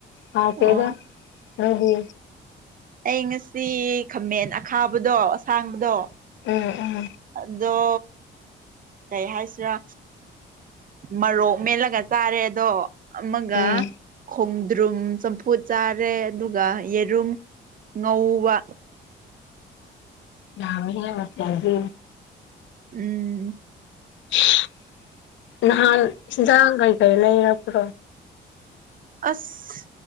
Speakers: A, on the left; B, on the right.
A: ꯍꯥꯎꯇꯦꯗ
B: ꯑꯣ
A: ꯅꯣꯢꯗꯤ
B: ꯑꯩ ꯉꯁꯤ ꯈꯥꯃꯦꯟ ꯑꯈꯥꯕꯗꯣ ꯑꯁꯥꯡꯕꯗꯣ
A: ꯎꯝ ꯎꯝ
B: ꯑꯗꯣ ꯀꯩ ꯍꯥꯏꯁꯤꯔꯥ ꯃꯔꯣꯛ ꯃꯦꯠꯂꯒ ꯆꯥꯔꯦ ꯑꯗꯣ ꯑꯃꯒ
A: ꯎꯝ
B: ꯈꯣꯡꯗ꯭ꯔꯨꯝ ꯆꯝꯐꯨꯠ ꯆꯥꯔꯦ ꯑꯗꯨꯒ ꯌꯦꯔꯨꯝ ꯉꯧꯕ
A: ꯌꯥꯃꯤꯍꯦ ꯃꯊꯦꯜꯗꯤ
B: ꯎꯝ
A: <unintelligible> ꯅꯍꯥꯟ ꯏꯟꯖꯥꯡ ꯀꯩ ꯀꯩ ꯂꯩꯔꯛꯄ꯭ꯔꯣ
B: ꯑꯁ